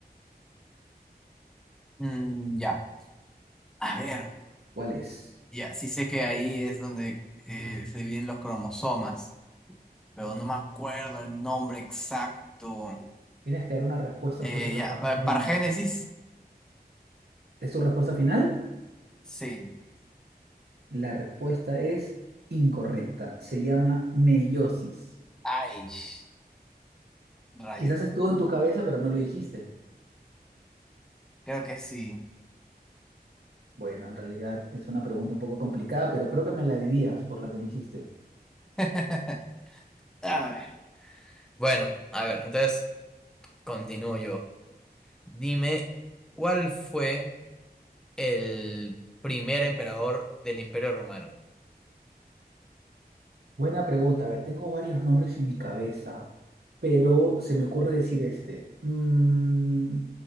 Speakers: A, in the centre; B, on the right.
A: Mm, ya. A ver.
B: ¿Cuál es?
A: Ya, sí sé que ahí es donde eh, se dividen los cromosomas, pero no me acuerdo el nombre exacto.
B: Tienes que dar una respuesta
A: Eh,
B: porque el
A: ya,
B: reloj
A: pa-
B: está en
A: para
B: mano.
A: Génesis,
B: ¿Es tu respuesta final?
A: sí.
B: La respuesta es incorrecta. Se llama meiosis.
A: Ay, sh- rayos.
B: Quizás estuvo en tu cabeza, pero no lo dijiste.
A: Creo que sí.
B: Bueno, en realidad es una pregunta un poco complicada, pero creo que me la debías por la que me hiciste.
A: <laughs> A ver. Bueno, a ver, entonces continúo yo. Dime, ¿cuál fue el primer emperador del Imperio Romano?
B: Buena pregunta. A ver, tengo varios nombres en mi cabeza, pero se me ocurre decir este. Mm,